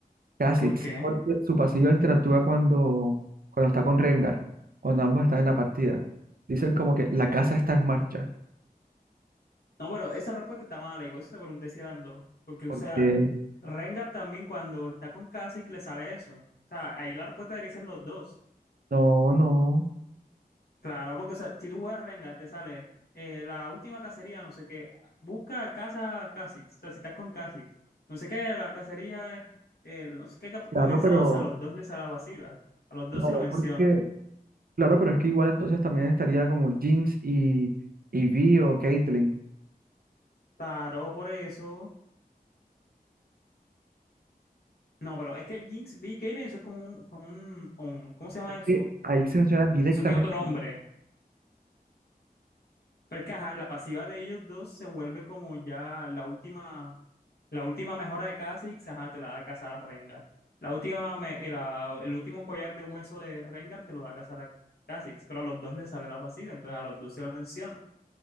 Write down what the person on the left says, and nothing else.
¿Por qué?
No, pero esa respuesta está mala y por eso te pregunté si eran dos. Porque,
o sea, Rengar también cuando está con Kha'Zix le sale eso. O sea, ahí la respuesta debería ser los dos.
Claro, porque o sea, si tú juegas Rengar, te sale eh, la última cacería, no sé qué. Busca casa Kha'Zix. O sea, si estás con Kha'Zix. No sé qué, la cacería, eh, no sé qué ha comenzado.
O sea, a los dos les sale la pasiva. A los dos
se lo menciona.
Claro, por eso. No, pero es que Jinx, B, y Kayle, eso es como un, como un, un- ¿cómo se llama
eso?
Eso tiene otro nombre. Porque ajá, la pasiva de ellos dos se vuelve como ya la última, la última mejora de Kha'Zix, ajá, te la da Cazar a Rengar. La última, me- eh, la- el último collar de hueso de Rengar te lo da Cazar a Kha'Zix, pero a los dos les sale la pasiva, entonces a los dos se lo menciona.